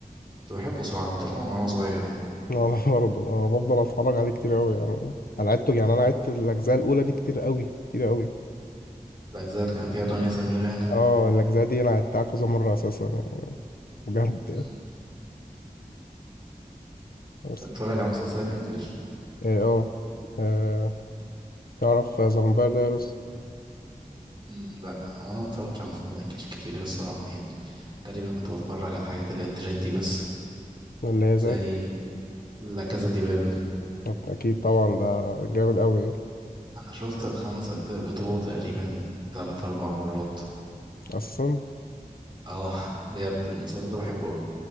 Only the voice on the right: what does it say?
كنت بحبه صراحة من طبعا وأنا صغير يعني
الأجزاء اللي كان فيها دنيا سمير غانم
مم.
اتفرج على مسلسلات إنجليش
مم، لأ هو أنا ما اتفرجتش على مسلسلات إنجليش كتير الصراحة يعني تقريبا كنت بتفرج على الحاجات اللي هي ترندي بس
زي
لا كازا دي بابل
أنا شفت الخمس أجزاء بتوعه تقريبا تلات أربع مرات
اه <laughs> بجد المسلسل ده بحبه أوي